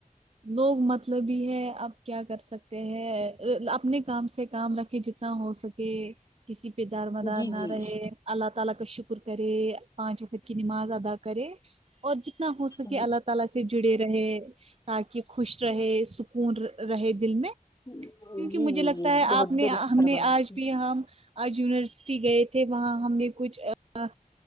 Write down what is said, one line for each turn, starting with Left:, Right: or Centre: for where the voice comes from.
Right: لوگ مطلب بھی ہے اب کیا کر سکتے ہیں اپنے کام سے کام رکھے جتنا ہو سکے کے کسی پہ دار مدار
Left: جی
Right: نہ
Left: جی
Right: رہے اللہ تعالی کا شکر کرے پانچ وقت کی نماز کرے اور جتنا ہو سکے
Left: جی
Right: اللہ تعالی سے سے جڑے رہے تاکہ خوش رہے سکون رہے دل میں
Left: جی
Right: کیونکہ مجھے
Left: جی
Right: لگتا
Left: جی
Right: ہے آپ
Left: بہت
Right: نے
Left: درست
Right: ہم
Left: فرمایا
Right: نے آج بھی ہم آج یونیورسٹی گئے تھے وہاں ہم نے کچھ ا